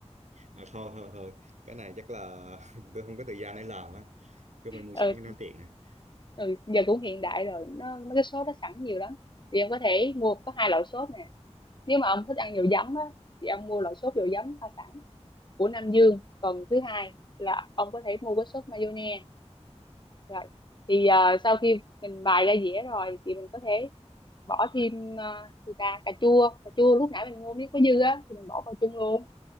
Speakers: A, on the right; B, on the left.
A: à, thôi thôi thôi cái này chắc là <laughs> tôi không có thời gian để làm á cho mình mua
B: ừ,
A: sẵn cho nó tiện
B: ừ giờ cũng hiện đại rồi nó mấy cái sốt nó sẵn
A: à
B: nhiều lắm thì em có thể mua có hai loại sốt nè nếu mà ông thích ăn dầu giấm á thì ông mua loại sốt dầu giấm pha sẵn của Nam Dương còn thứ hai là ông có thể mua cái sốt mayonnaise rồi thì à, sau khi mình bày ra dĩa rồi thì mình có thể bỏ thêm à, gì ta cà chua cà chua lúc nãy mình mua miếng có dư á thì mình bỏ vào chung luôn